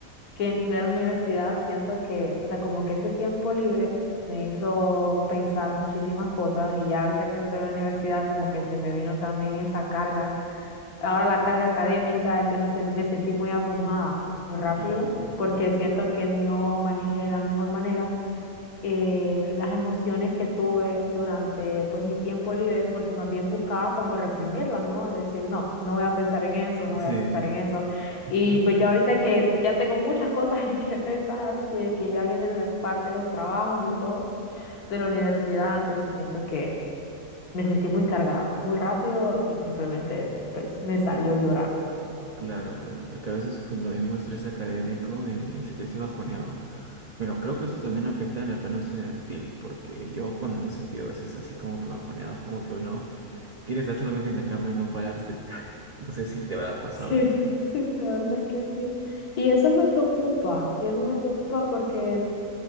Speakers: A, on the left (about 80°); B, on the right (about 75°).
A: que entré a la universidad, siento que, o sea, como que ese tiempo libre me hizo pensar muchísimas cosas y ya ahorita que estoy en la universidad, como que se me vino también esa carga, ahora la carga académica, entonces se- me sentí muy abrumada muy rápido
B: Claro,
A: porque siento que no manejé de la mejor manera eh, las emociones que tuve durante pues mi tiempo libre, porque más bien buscaba como reprimirlas, ¿no? Es decir, no, no voy a pensar en eso, no
B: Sí,
A: voy a pensar en eso.
B: ujú,
A: Y pues ya ahorita que ya tengo muchas cosas <laughs> en que pensar, de que ya viene la parte de los trabajos y todo, de la universidad, entonces siento que me sentí muy cargada, muy rápido y simplemente pues me salió llorar.
B: claro, claro. Es que a veces cuando hay un estrés académico y el sentirse bajoneado, pero creo que eso también afecta en el plano estudiantil, porque yo cuando me he sentido a veces así como que bajoneado, es como que uno quiere estar solamente en la cama y no pararse. <laughs> No sé si te habrá pasado
A: Sí,
B: eso.
A: sí, la verdad es que sí. Y eso me preocupa, y eso me preocupa porque